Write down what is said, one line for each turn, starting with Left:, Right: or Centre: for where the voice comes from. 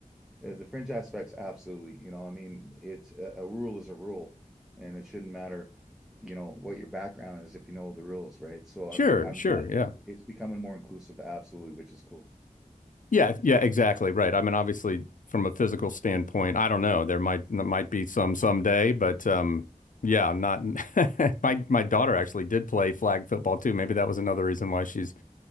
Centre: uh, the fringe aspects, absolutely. You know, I mean, it's a, a rule is a rule, and it shouldn't matter, you know, what your background is if you know the rules, right? So
Left: Sure,
Centre: I, I'm
Left: sure,
Centre: glad
Left: yeah.
Centre: it's becoming more inclusive, absolutely, which is cool.
Left: Yeah, yeah, exactly. Right. I mean, obviously, from a physical standpoint, I don't know. There might there might be some someday, but um, yeah, not <laughs> my my daughter actually did play flag football too. Maybe that was another reason why she's